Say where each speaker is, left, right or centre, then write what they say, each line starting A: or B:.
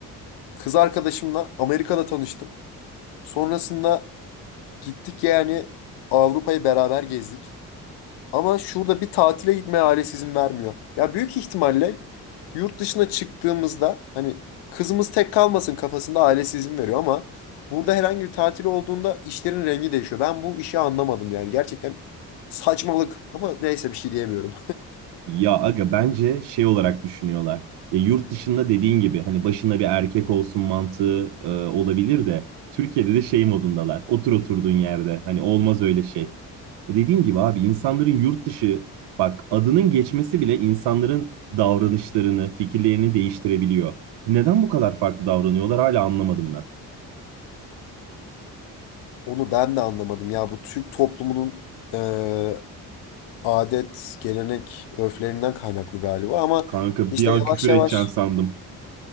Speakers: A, on the left; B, on the right.
A: kız arkadaşımla Amerika'da tanıştım. Sonrasında gittik yani Avrupa'yı beraber gezdik. Ama şurada bir tatile gitmeye ailesi izin vermiyor. Ya büyük ihtimalle yurt dışına çıktığımızda hani kızımız tek kalmasın kafasında ailesi izin veriyor ama burada herhangi bir tatil olduğunda işlerin rengi değişiyor. Ben bu işi anlamadım yani gerçekten saçmalık ama neyse bir şey diyemiyorum.
B: Ya aga bence şey olarak düşünüyorlar. Ya yurt dışında dediğin gibi hani başında bir erkek olsun mantığı e, olabilir de Türkiye'de de şey modundalar. Otur oturduğun yerde. Hani olmaz öyle şey. Dediğim gibi abi insanların yurt dışı bak adının geçmesi bile insanların davranışlarını, fikirlerini değiştirebiliyor. Neden bu kadar farklı davranıyorlar hala anlamadım ben.
A: <laughs> Onu ben de anlamadım ya bu Türk toplumunun eee, adet, gelenek, örflerinden kaynaklı galiba ama
B: Kanka
A: işte
B: bir an
A: yavaş
B: küfür
A: yavaş
B: edeceksin sandım.